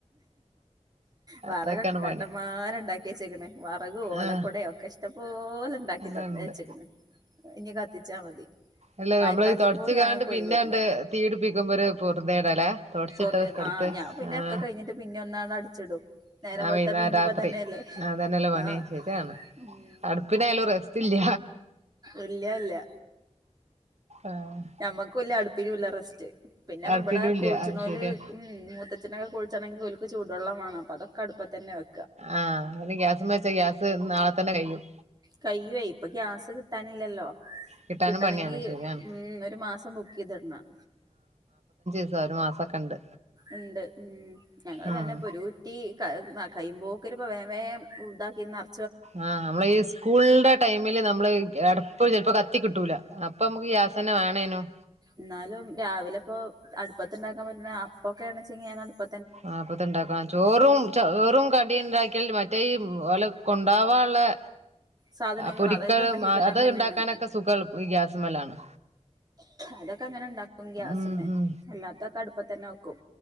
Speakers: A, on the right; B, on the right.
A: വറകൊക്കെ
B: അതൊക്കെയാണ്
A: കണ്ടമാനം
B: പണി
A: ണ്ടാക്കി വച്ചിക്കിണ് വറകും ഓലക്കുടോ
B: ആ
A: ഒക്കെ ഇഷ്ട്ടം പോലെ ണ്ടാക്കി
B: അല്ലാണ്ട്
A: വെച്ചക്ക്ണ് ഇനി കത്തിച്ചാ മതി
B: അല്ല
A: മഴക്കാലത്തും
B: നമ്മള് തൊടച്ച്കാണ്ട്
A: കൂടി ഞങ്ങൾക്ക്
B: പിന്നെണ്ട്
A: ഒഴിവ് വരില്ല
B: തീ പിടിപ്പിക്കുമ്പ ഒര് പൊറുതിയെടല്ലേ തൊടച്ചിട്ട
A: പൊറുതി
B: സ്ഥലത്ത്
A: ആ
B: തെ
A: ഞാൻ പിന്നെ
B: ആ ആ
A: ഒക്കെ കഴിഞ്ഞിട്ട് പിന്നെ ഒന്നാണ്ട് അടിച്ചിടും നേരം
B: ആ
A: വെളുത്താ
B: വൈന്നേരം
A: പിന്നിപ്പ
B: രാത്രി
A: തന്നെയല്ലേ
B: ആതന്നല്ലെ പണി
A: ആ
B: ശെരിയാണ്
A: ഉം
B: അടുപ്പിനായാലും റസ്റ്റില്ല
A: ഇല്ലല്ല
B: ആഹ്
A: ഞമ്മക്കും ഇല്ല അടുപ്പിനുല്ല റസ്റ്റ് പിന്നെ ഇപ്പ
B: അടുപ്പിനും
A: ഇബ്ടെ
B: ഇല്ല
A: കുളിച്ച്ണോല്
B: അത് ശരിയാ
A: ഉം മൂത്തച്ഛനൊക്കെ കുളിച്ചണെങ്കിൽ ഓല്ക്ക് ചൂട് ടു വള്ളം വാണം അപ്പ അതൊക്കെ അടുപ്പത്തന്നെ വെ
B: ആ അത് ഗ്യാസ്മ്മേ വെച്ചാ ഗ്യാസ് നാളെ തന്നെ കയ്യും
A: കയ്യുവേ ഇപ്പ ഗ്യാസ് കിട്ടാനില്ലല്ലോ
B: കിട്ടാനും
A: കിട്ടണങ്കി
B: പണിയാണ് ശരിയാണ്
A: ഉം ഒരു മാസം ബുക്ക് ചെയ്തിടണം
B: ദ് ഒരു മാസൊക്കെണ്ട്
A: ഉണ്ട് ഉം ഞങ്ങള്
B: ആഹ്
A: തന്നെ പ്പൊരുറ്റി കയ്യ്യുമ്പോക്ക്ന് പ്പംവ വേം വേം ഇദാക്കി നർ
B: ആ നമ്മള് ഈ സ്കൂളുടെ ടൈമില് നമ്മള് അടപ്പ് ചെലപ്പോ കത്തി കിട്ടൂല അപ്പൊ നമക്ക് ഗ്യാ സന്നെ വേണെനും
A: ന്നാലും രാവിലെപ്പൊ അട്പ്പത്ത്ണ്ടാക്കാൻ പറ്റ്ണ അപ്പൊക്കെണെച്ചെങ്കി ഞാനഅടുപ്പ
B: ആ അപ്പത്തെണ്ടാക്കാം ചോറും ചോറും കടിണ്ടാക്കിയൽ മറ്റേ ഈ ഓല കൊണ്ടാവാ ളെ
A: സാധനങ്ങൾ
B: ആ പൊരിക്കലും
A: അതൊക്കെ ഉണ്ടാക്കി കിട്ടാൻ
B: അത്
A: തന്നെയാണ്
B: ഇണ്ടാക്കാനൊക്കെ സുഖം എൾ ഈ ഗ്യാസ്മ്മലാണ്
A: അതൊക്കെ അങ്ങനെണ്ടാക്കും ഗ്യാസ്മ്മെ
B: ഉം ഉം
A: അല്ലാത്തൊക്കെ അടുപ്പത്തന്നെ വെ